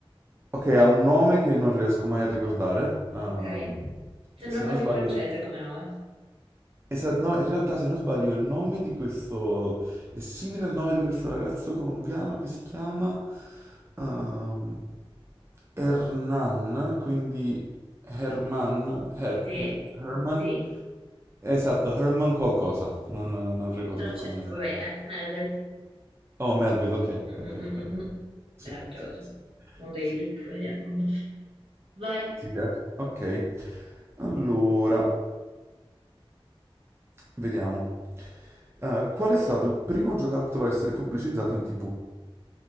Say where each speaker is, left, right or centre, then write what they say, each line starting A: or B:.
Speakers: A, on the right; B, on the right.
A: Ok, ha un nome che non riesco mai a ricordare. ehm,
B: Ok. Sembra
A: se
B: quasi
A: non sbaglio...
B: francese come nome.
A: Esa- no, in realtà se non sbaglio il nome di questo... è simile al nome di questo ragazzo colombiano che si chiama... ehm, Hernan, quindi Herman... Her-
B: Sì?
A: Her- Herman...
B: Sì?
A: Esatto, Herman qualcosa. non non ricordo
B: Trocetto,
A: il cognome.
B: va bene. Marvel.
A: Oh, Melville, ok,
B: Mm,
A: ok.
B: mm, mm, mm,
A: ok.
B: mm.
A: Sì,
B: Meraviglioso.
A: sì, sì.
B: Uno dei
A: Sì.
B: libri più belli al mondo. Vai.
A: Ti piace? Ok. Allora, vediamo. Eh, qual è stato il primo giocattolo a essere pubblicizzato in TV?